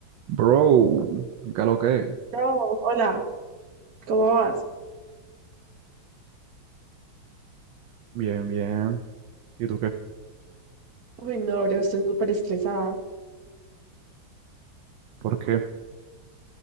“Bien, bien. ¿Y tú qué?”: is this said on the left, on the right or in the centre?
Right